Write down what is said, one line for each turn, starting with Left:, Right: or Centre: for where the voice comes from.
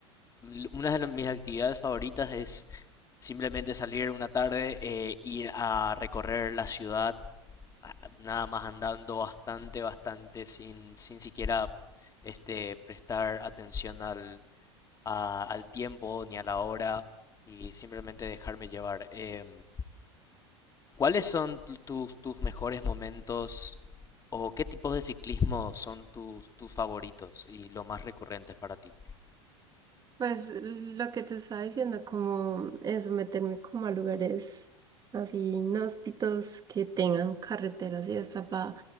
Left: l- una de las- mis actividades favoritas es simplemente salir una tarde, eh, ir a recorrer la ciudad a- nada más andando bastante, bastante sin, sin siquiera este, prestar atención al, a- al tiempo ni a la hora y simplemente dejarme llevar. Em, ¿cuáles son tu- tus, tus mejores momentos o qué tipos de ciclismo son tus, tus favoritos y los más recurrentes para ti?
Right: Pues lo que te estaba diciendo, como eso, meterme como a lugares así inhóspitos que tengan carreteras y hasta pa.